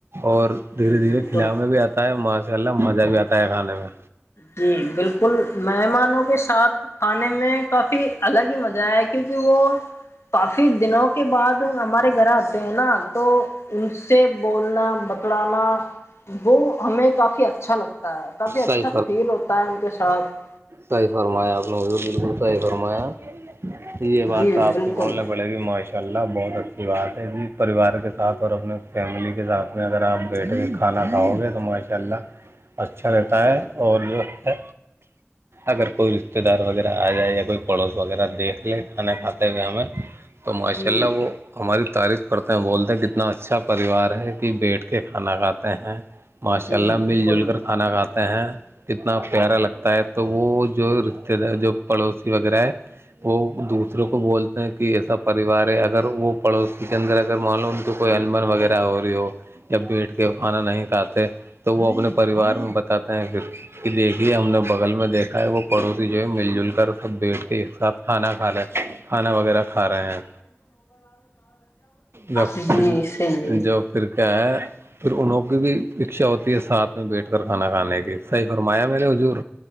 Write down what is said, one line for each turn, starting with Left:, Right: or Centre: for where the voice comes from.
Right: اور دھیرے
Left: جی
Right: دھیرے
Left: بالکل
Right: کھلے بھی آتا ہے ماسک ال الب مزہ بھی آتا ہے کھانے میں
Left: جی بالکل مہمانوں کے ساتھ کھانے میں کافی الگ ہی مزہ ہے کہ کیونکہ وہ کافی دنوں کے بعد ہمارے گھر آتے ہیں نا تو ان سے بولنا بتڑانا وہ ہمیں کافی اچھا لگتا ہے کافی اچا
Right: صحیح
Left: فیل ہوتا ہے ان کے ساتھ اب <unintelligible>
Right: صحی فرمایا آپ بکل صحی فرمایا یہ بات
Left: جی
Right: تو آپ
Left: بالکل
Right: کے بولنا نے بڑے بھی معائش ماشاء اللہ بہت اچھی بات ہے جی پریوار کے ساتھ اور اپنے فیملی کے ساتھ میں اگر آپ بیٹھ کے کھانا کھاؤ گے تو ماشاء اللہ اچھا رہتا ہے اور جو ہے اگر کوئی رشتے دار وغیرہ آ جائے یا کوئی پڑوس وغیرہ دیکھ لے کھانا کھاتے ہوئے ہمیں تو ماشاء
Left: جی
Right: اللہ وہ ہماری تاریخ کرتے ہیں بولتے ہیں کتنا اچھا پریوار ہے کہ بیٹھ کے کھانا کھاتے ہیں ماشاء
Left: جی
Right: اللہ
Left: بالکل
Right: مل جل کر کھانا کھاتے ہیں کتنا پیارا لگتا ہے تو وہ جو رشتے دار جو پڑوسی وغیرہ ہے وہ دوسروں کو بولتے کہ ایسا پریوار ہے اگر وہ پڑوسی کے اندر اگر معلوم تو کوئی انمن وغیرہ ہو رہی ہو یا بیٹھ کے کھانا نہیں کھاتے تو وہ اپنے پریوار میں بتاتے ہیں پھر کہ دیکھیے ہم نے بغل میں دیکھا ہے وہ پڑوسی جو ہے مل جل کر سب بیٹھ کے ایک ساتھ کھانا کھا لے کھانا وغیرہ کھا رہے ہیں جب
Left: جی
Right: پھر
Left: صحیح
Right: جوب پھر کیا ہے پھر انوں کی بھی اچھا ہوتی ہے ساتھ اس میں بیٹھ کرھانا کھانے کی صحیح فرمایا میرے حضور